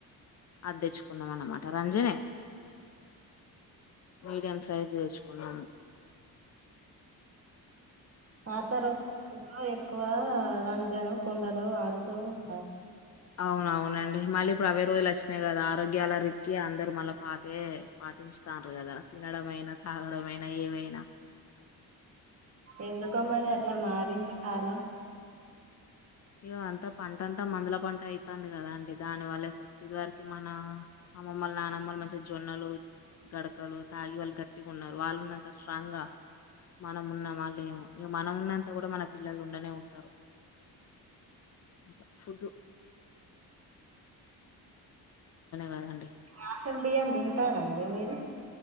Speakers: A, on the left; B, on the right.
A: అద్దెచ్చుకున్నదన్నమాట రంజనే మీడియం సైజు తెచ్చుకున్నము
B: పాత రోజులల్లో ఎక్కువ రంజను, కుండలు వాడుతూ ఉంటారు
A: అవునవునండి మళ్ళీప్పుడు అవ్వే రోజులచ్చినయి గదా ఆరోగ్యాల రిత్యా అందరు మళ్ళ పాతయే పాటించుతాండ్రు గదా తినడ్ డమైనా తాగడమైనా ఏవైనా
B: ఎందుకో మరి
A: ఉమ్.
B: అట్ల మారింది కాలం
A: ఇగ అంత పంటంత మందుల పంట ఐత్తాంది గదా అండి దాని వల్ల ఎఫెక్ట్ ఇదివరకి మన అమ్మమ్మ నానమ్మలు మంచిగ జొన్నలు గడకలు తాగి వాళ్ళు గట్టిగున్నరు వాళ్ళున్నంత స్ట్రాంగ్ గ మనం ఉన్నమా లేము ఇంగ మనమున్నంత కూడా మన పిల్లలు ఉండనే ఉండరు అంత ఫుడ్డు కదండి
B: రాషన్ బియ్యం తింటారాండి మీరు